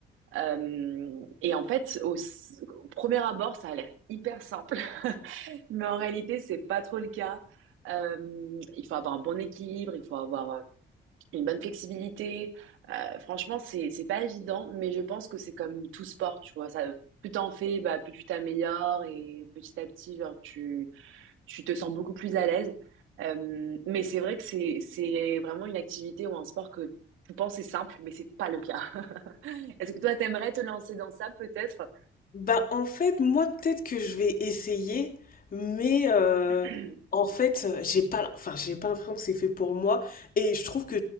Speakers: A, on the right; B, on the left.
A: Euh, et en fait, au, au premier abord, ça a l'air hyper simple, <laughs> mais en réalité, c'est pas trop le cas. Euh, il faut avoir un bon équilibre, il faut avoir euh, une bonne flexibilité. Euh, franchement, c'est c'est pas évident, mais je pense que c'est comme tout sport, tu vois. Ça, plus t'en fais, bah, plus tu t'améliores et petit à petit, genre, tu tu te sens beaucoup plus à l'aise. Euh, mais c'est vrai que c'est c'est vraiment une activité ou un sport que tu penses c'est simple, mais c'est pas le cas. <laughs> Est-ce que toi, t'aimerais te lancer dans ça, peut-être?
B: Bah, en fait, moi, peut-être que je vais essayer, mais euh,
A: <clears throat>
B: en fait, euh, j'ai pas, l- enfin, j'ai pas l'impression que c'est fait pour moi. Et je trouve que